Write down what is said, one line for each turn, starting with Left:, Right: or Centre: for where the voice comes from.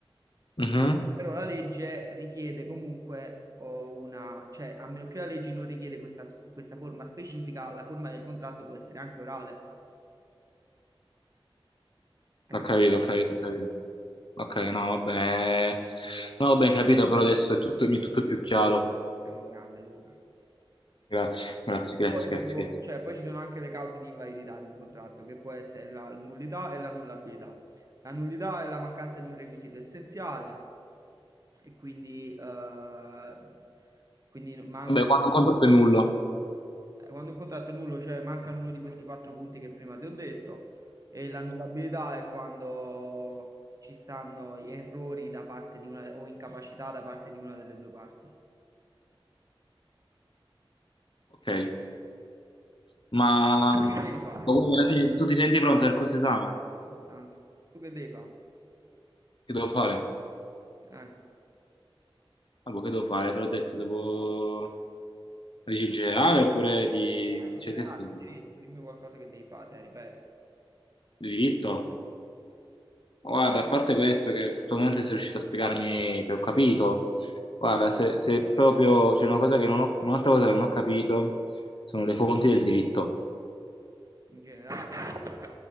Left: Mhm.
Right: Però la legge richiede comunque oh, una, cioè, a meno che la legge non richiede questa, questa forma specifica, la forma del contratto può essere anche orale. Hai
Left: Ho
Right: capito?
Left: capito, ho capito, ho capito. Ok, no, vabbè. Non ho ben capito, però adesso è tutto, mi è tutto più chiaro.
Right: Sei un grande, Luca.
Left: Grazie, grazie, grazie,
Right: E poi, si
Left: grazie,
Right: può-
Left: grazie.
Right: cioè, poi ci sono anche le cause di invalidità di un contratto, che può essere la nullità e l'annullabilità. La nullità è la mancanza di un requisito essenziale e quindi, eh, quindi manca,
Left: Vabbè, quando un contratto è nullo.
Right: quando un contratto è nullo, cioè mancano uno di questi quattro punti che prima ti ho detto, e l'annullabilità è quando ci stanno gli errori da parte di una o incapacità da parte di una delle due parti.
Left: Ok. Ma
Right: Che
Left: ma
Right: devi fare?
Left: quindi alla fine tu ti senti pronto per questo esame?
Right: Abbastanza. Tu che devi fare?
Left: Che devo fare?
Right: Eh.
Left: Ah, boh, che devo fare? Te l'ho detto, devo legge in generale oppure di... Cioè,
Right: in generale,
Left: che è stato di
Right: in diritto, dimmi qualcosa che devi fare, te, ripeto,
Left: di diritto? Guarda, a parte questo che fortunatamente sei riuscito a spiegarmi che ho capito, guarda, se, se proprio c'è una cosa che non ho, un'altra cosa che non ho capito sono le fonti del diritto.
Right: in generale.